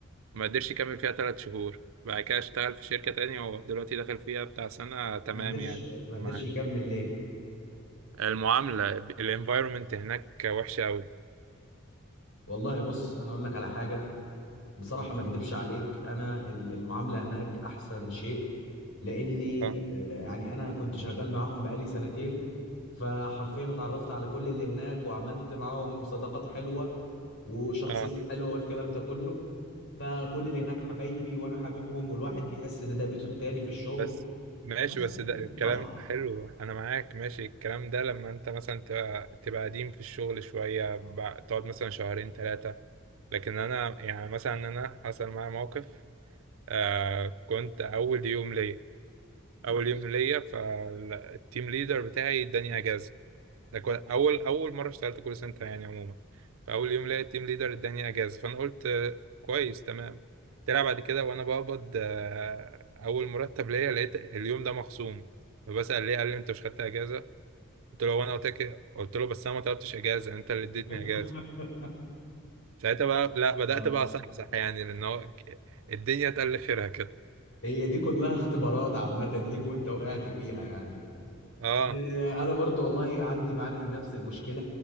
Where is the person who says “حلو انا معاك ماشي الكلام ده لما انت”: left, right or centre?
Right